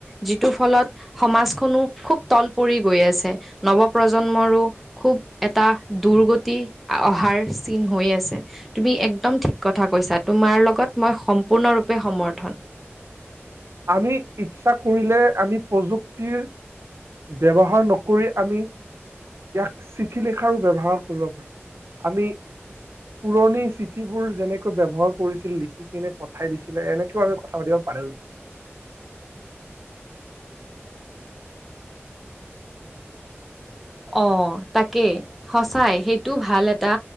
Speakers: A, in the centre; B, on the right.
A: যিটোৰ ফলত সমাজখনো খুব তল পৰি গৈ আছে নৱ প্ৰজন্মৰো খুব এটা দুৰ্গতি আ অহাৰ চিন হৈ আছে তুমি একদম ঠিক কথা কৈছা তোমাৰ লগত মই সম্পূৰ্ণৰূপে সমৰ্থন
B: আমি ইচ্ছা কৰিলে আমি প্ৰযুক্তিৰ ব্যৱহাৰ নকৰি আমি ইয়াক চিঠি লিখাৰো ব্যৱহাৰ কৰিব পাৰো আমি পুৰণি চিঠিবোৰ যেনেকৈ ব্যৱহাৰ কৰিছিল লিখি কিনে পঠাই দিছিলে এনেকেও আমি কথা পাতিব পাৰো
A: অ তাকে সচাই সেইটো ভাল এটা